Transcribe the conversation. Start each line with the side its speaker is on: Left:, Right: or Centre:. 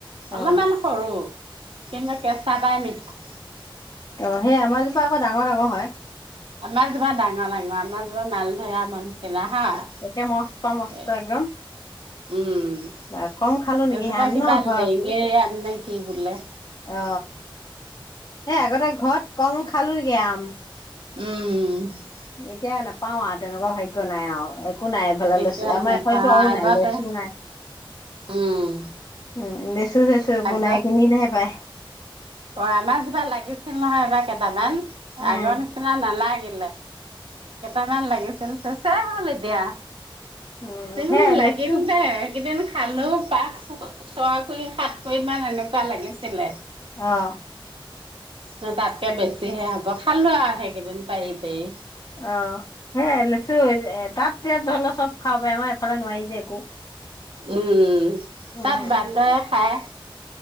Left: অ
Right: অলপমান সৰু কিন্তু কেঁচা তাই মিঠা হয়
Left: অঁ সেই আমাৰজোপা আকৌ ডাঙৰ ডাঙৰ হয়
Right: আমাৰ তোমাৰ ডাঙৰ আমাৰ তোমাৰ মালধয়া মনছিলা হাঁ
Left: একে মস্ত মস্ত একদম
Right: উম
Left: বা কম খালো নেকি
Right: এজোপা
Left: সেই আম
Right: কিবা
Left: ন ঘৰত
Right: লেঙেৰি আম নে কি বোলে
Left: অ সেই আগতে ঘৰত কম খালো নেকি আম
Right: উম
Left: এতিয়া নাপওঁ পাঁও তেনেকুৱা হয় নাই আৰু একো নাই এইফালে
Right: এতিয়া
Left: লৈছো আমাৰ
Right: নেপাওঁ
Left: এইফালো আৰুও
Right: আগতে
Left: নাই লৈছুও নাই
Right: উম
Left: উম উম চো চেছো একো
Right: আগ
Left: নাই কিনিলেহে পায়
Right: অ মাছ বাা লাগিছিল নহয় এইবাৰ কেইটামান
Left: উম
Right: আগৰ নিচিনা নালাগে কেইটামান লাগিছিল চাগে হ'ল এতিয়া
Left: উম
Right: তো
Left: সেয়াই
Right: লাগিল
Left: লেচু
Right: দে ইকেইদিন খালো পাছ ছয় কুৰি সাত কুৰি মান এনেকুৱা লাগিছিলে
Left: অহ
Right: ন তাতকে বেছিহে হ'ব খালো আৰু সেইকেইদিন পাৰি পাৰি
Left: অ সেইয়াই লেচু তাত যে ধৰিল চব খাব পাৰি আমাৰ এফালে নোৱাৰি যে একো।
Right: উম
Left: উম।
Right: তাত বান্দৰে খাই।